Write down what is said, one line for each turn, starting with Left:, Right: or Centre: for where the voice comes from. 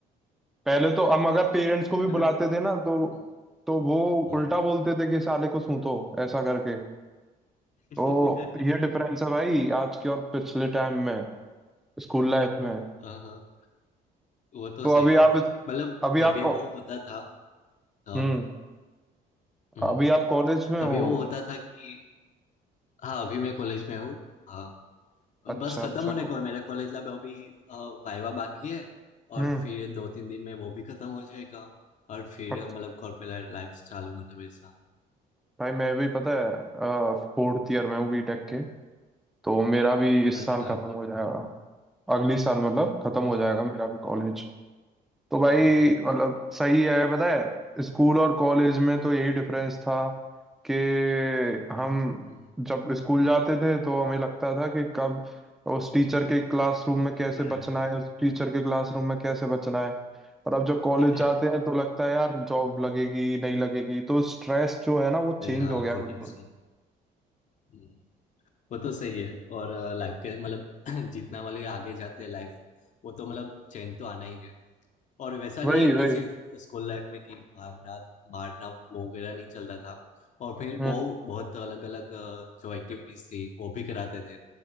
Centre: पहले तो हम अगर पेरेंट्स को भी
Left: मतलब
Centre: बुलाते
Left: वो
Centre: थे ना तो
Left: हाँ
Centre: तो वो
Left: हाँ
Centre: उल्टा बोलते थे कि साले को सूंतो ऐसा करके
Left: <laughs>
Centre: तो ये डिफरेंस है भाई आज के और पिछले टाइम में स्कूल लाइफ में
Left: हाँ, हाँ, वो तो
Centre: तो
Left: सही
Centre: अभी
Left: है
Centre: आप
Left: मतलब
Centre: अभी
Left: तभी
Centre: आप को
Left: वो होता था हाँ
Centre: हम्म
Left: हम्म,
Centre: अभी आप कॉलेज में
Left: तभी
Centre: हो
Left: वो होता था कि हाँ अभी मैं कॉलेज में हूँ हाँ
Centre: अच्छा
Left: बस खत्म
Centre: अच्छा
Left: होने को
Centre: को
Left: है मेरा कॉलेज लैब अभी अ, वाइवा बाकी है
Centre: हम्म
Left: और फिर दो तीन दिन में वो भी खत्म हो जाएगा और फिर
Centre: और
Left: अ, मतलब कॉर्पोरेट लाइफ चालू मतलब ऐसा
Centre: भाई मैं भी पता है फोर्थ ईयर में हूँ बीटेक के तो मेरा भी इस
Left: अच्छा
Centre: साल खत्म हो जाएगा अगली साल मतलब खत्म
Left: हाँ
Centre: हो जाएगा
Left: हाँ,
Centre: मेरा भी कॉलेज तो भाई
Left: हम्म हम्म
Centre: मतलब सही है पता है स्कूल और कॉलेज में तो यही डिफरेंस था कि हम
Left: हम्म,
Centre: जब स्कूल जाते थे तो हमें लगता था कि कब
Left: हम्म,
Centre: उस टीचर के क्लासरूम में कैसे
Left: बड़े
Centre: बचना
Left: हो गए
Centre: है उस टीचर के क्लासरूम में कैसे बचना है और अब जब कॉलेज
Left: <laughs>
Centre: जाते हैं तो लगता है यार जॉब लगेगी नहीं लगेगी तो स्ट्रेस जो है ना वो
Left: नहीं
Centre: चेंज
Left: हाँ
Centre: हो गया
Left: वो
Centre: है बिल्कुल
Left: टेंशन हम्म, वो तो सही है और लाइफ के मतलब <clears throat> जितना मतलब आगे जाते हैं लाइफ वो तो मतलब चेंज तो आना ही है और वैसा
Centre: वही
Left: नहीं है
Centre: वही
Left: कि सिर्फ स्कूल लाइफ में कि मारना मारना वो वगैरह नहीं चलता था और फिर
Centre: हम्म
Left: बहुत बहुत अलग अलग जो एक्टिविटीज थी वो भी कराते थे